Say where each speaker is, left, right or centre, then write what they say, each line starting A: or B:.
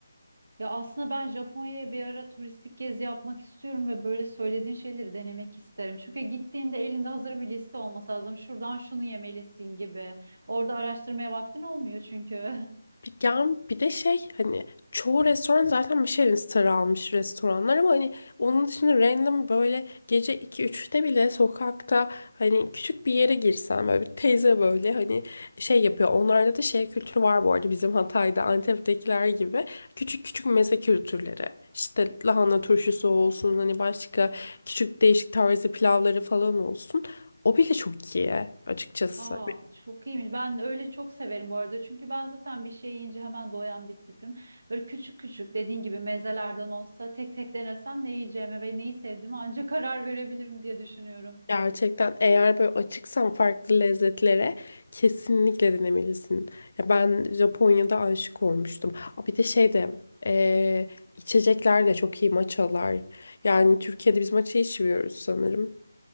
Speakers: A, on the right (about 55°); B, on the left (about 50°).
A: Ya aslında ben Japonya'ya bir ara turistik gezi yapmak istiyorum ve böyle söylediğin şeyleri denemek isterim. Çünkü gittiğinde elinde hazır bir liste olması lazım. Şuradan şunu yemelisin gibi. Orada araştırmaya vaktin olmuyor çünkü. <laughs>
B: Bir- Ya bir de şey hani çoğu restoran zaten Michelin starı almış restoranlar ama hani onun dışında random böyle gece iki üçte bile sokakta hani küçük bir yere girsen böyle bir teyze böyle hani şey yapıyor. Onlarda da şey kültürü var bu arada bizim Hatay'da Antep'tekiler gibi küçük küçük meze kültürleri. İşte lahana turşusu olsun hani başka küçük değişik tarzı pilavları falan olsun. O bile çok iyi açıkçası.
A: Aa, çok iyiymiş. Ben öyle çok severim bu arada. Çünkü ben zaten bir şey yiyince hemen doyan bir tipim. Böyle küçük küçük dediğin gibi mezelerden olsa tek tek denesem ne yiyeceğime ve neyi sevdiğime ancak karar verebilirim diye düşünüyorum.
B: Gerçekten eğer böyle açıksan farklı lezzetlere kesinlikle denemelisin. Ya ben Japonya'da aşık olmuştum. Aa, Bir de şey de eee, içecekler de çok iyi matchalar. Yani Türkiye'de biz matcha içmiyoruz sanırım.